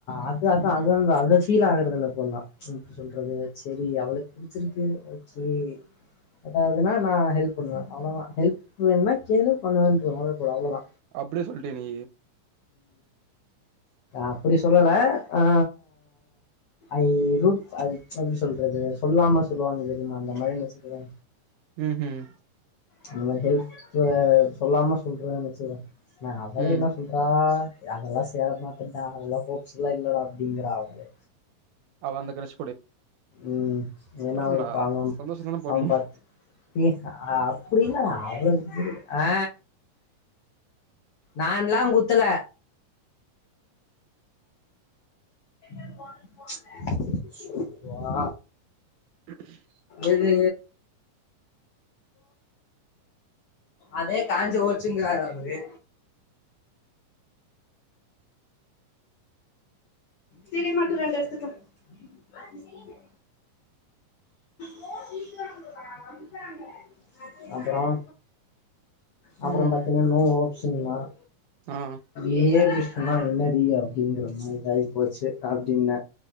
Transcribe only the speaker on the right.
அப்டியே சொல்ட்டயா நீ
ம் ஹூம்
ம்
அவ அந்த க்ரஷ
என்னடா
சந்தோஷந்தான பட்ணு
<inaudible>
ம்
ஆ